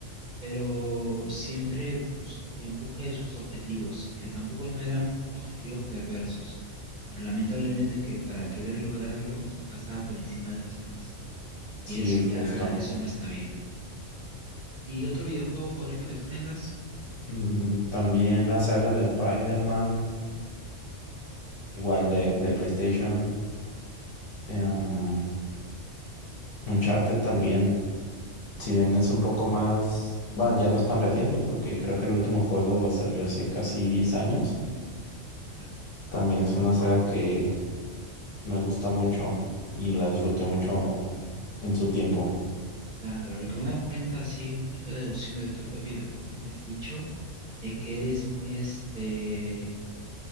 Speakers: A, on the right; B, on the left.
A: pero siempre bus- en busca de sus objetivos, que tampoco no eran objetivos perversos, pero lamentablemente que para querer lograrlos pasaba por encima de los demás. Y
B: sí,
A: eso
B: justo.
A: ya, eso no está bien. ¿Y otro videojuego favorito que tú tengas?
B: Mm, también la saga de Spider-Man,
A: Spider-Man.
B: igual de, de
A: Bueno,
B: PlayStation. em, Uncharted también, si bien es un poco más, bueno, ya no es tan reciente porque creo que el último juego salió hace casi 10 años,
A: claro.
B: también es una saga que me gusta mucho y la disfruté mucho en su tiempo.
A: Claro, lo que me he dado cuenta, así un poquito deduciendo de todos los videojuegos que me has dicho, es que eres muy este,